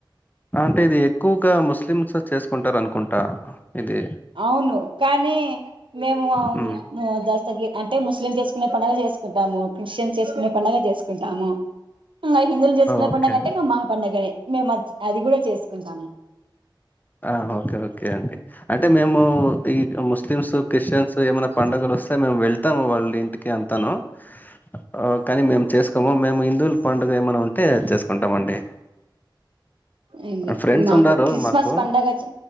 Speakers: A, on the left; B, on the right.
A: ఆంట్ ఇది ఎక్కువ్గా ముస్లిమ్స్ చేస్కుంటారనుకుంటా ఇది
B: అవ్ను కానీ మేము అం
A: హ్మ్.
B: అ దస్తగి అంటే ముస్లిం చేస్కునే పండగ జేస్ కుంటాము క్రిస్టియన్స్ చేస్కునే పండగ జేస్కుంటాము ఇంగ హిందువులు చేస్కునే
A: ఓకే.
B: పండగంటే మ పండగనే మేమజ్ అది గూడా చేస్కుంటాము
A: ఆహ్ ఓకే ఓకే అండి అంటే మేము ఈ ముస్లిమ్సు క్రిస్టియన్సు ఏమనా పండగలొస్తే మేము వెళ్తాము వాళ్ళంటికి అంతను అ కానీ మేమ్ చేస్ హొమో మేము హిందువులు పండుగేమన్ ఉంటే అద్ చేస్కుంటామండి
B: ఏం లే
A: ఫ్రెండ్స్
B: మాకు
A: ఉండారు
B: క్రిస్మస్
A: మాకు
B: పండగచి